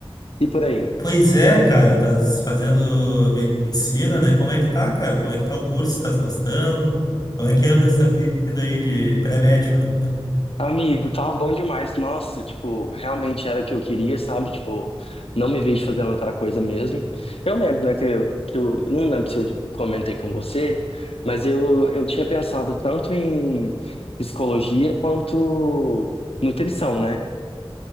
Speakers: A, on the left; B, on the left.
A: E por aí?
B: pois é, cara, tá fazendo medicina, né? Como é que tá, cara? Como é que tá o curso? Tá gostando? Como é que anda essa vida aí de pré-médico? <laughs>
A: Amigo, tá bom demais. Nossa, tipo, realmente era o que eu queria, sabe? Tipo, não me vejo fazendo outra coisa mesmo. Eu lembro, né, que, eu- que eu eu não lembro se eu comentei com você, mas eu, eu tinha pensado tanto em psicologia quanto nutrição, né?